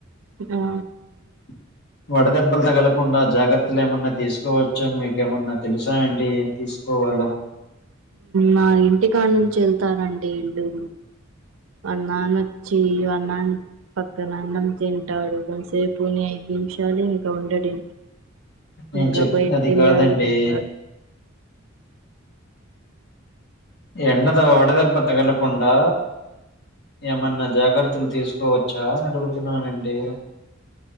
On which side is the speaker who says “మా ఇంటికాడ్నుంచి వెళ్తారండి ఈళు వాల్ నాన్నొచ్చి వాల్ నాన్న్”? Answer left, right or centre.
Right